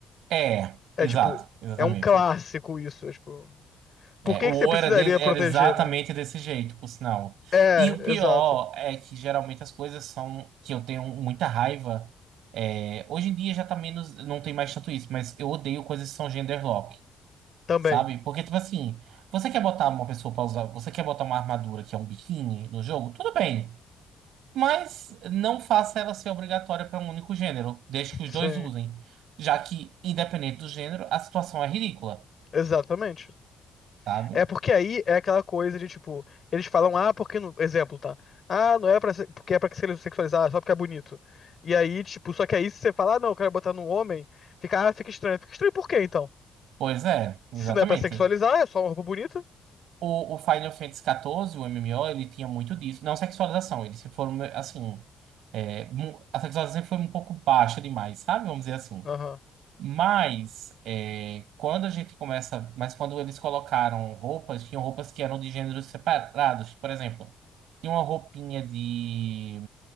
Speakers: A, on the right; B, on the left.
A: É,
B: É
A: exato,
B: tipo,
A: exatamente.
B: é um clássico isso. É, tipo, por
A: É,
B: que
A: o
B: que você precisaria
A: O era, de-
B: proteger,
A: era exatamente
B: né?
A: desse jeito, por sinal.
B: É,
A: E o pior
B: exato.
A: é que geralmente as coisas são que eu tenho muita raiva. É, hoje em dia já tá menos, não tem mais tanto isso, mas eu odeio coisas que são genderlock.
B: Também.
A: Sabe? Porque, tipo assim, você quer botar uma pessoa pra usar, você quer botar uma armadura que é um biquíni no jogo? Tudo bem. Mas não faça ela ser obrigatória para um único gênero, desde que os
B: Sim.
A: dois usem. Já que, independente do gênero, a situação é ridícula,
B: Exatamente.
A: sabe?
B: É porque aí é aquela coisa de tipo, eles falam, ah, porque não... exemplo, tá? Ah, não é pra ser... porque é pra que se sexualizar, só porque é bonito. E aí, tipo, só que aí se você falar, ah, não, eu quero botar num homem, fica, ah, fica estranho. Fica estranho por quê, então?
A: Pois é,
B: Se
A: exatamente.
B: não é pra sexualizar, é só uma roupa bonita?
A: O, o Final Fantasy XIV, o MMO, ele tinha muito disso. Não sexualização, eles se foram, assim. é, mu- a sexualização sempre foi um pouco baixa demais, sabe? Vamos dizer assim.
B: Aham.
A: Mas é, quando a gente começa, mas quando eles colocaram roupas, tinham roupas que eram de gêneros separados. Por exemplo, tinha uma roupinha de,